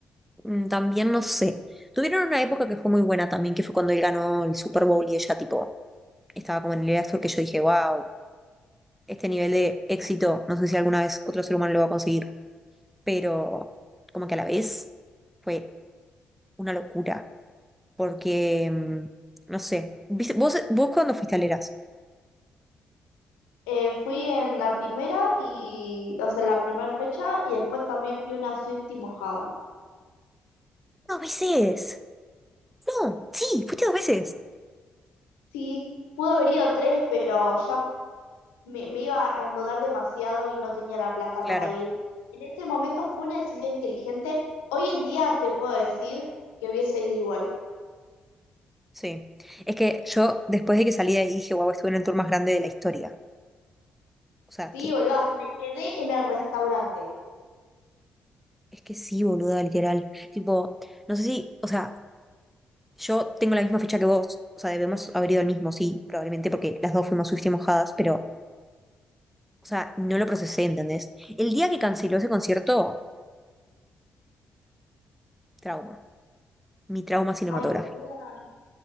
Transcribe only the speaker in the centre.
mm, también no sé. Tuvieron una época que fue muy buena también, que fue cuando él ganó el Super Bowl y ella tipo estaba como en el Astor que yo dije, wow, este nivel de éxito, no sé si alguna vez otro ser humano lo va a conseguir, pero como que a la vez fue una locura. porque, mm, no sé, ¿Viste- ¿vos, vos cuándo fuiste a Leras?
Dos veces. No, sí, fuiste dos veces.
Claro,
sí. Es que yo después de que salí de ahí dije, wow, estuve en el tour más grande de la historia. O sea,
que
es que sí, boluda, literal. Tipo, no sé si, o sea, yo tengo la misma fecha que vos. O sea, debemos haber ido al mismo, sí, probablemente porque las dos fuimos swift y mojadas, pero, o sea, no lo procesé, ¿entendés? El día que canceló ese concierto, trauma. Mi trauma cinematográfico.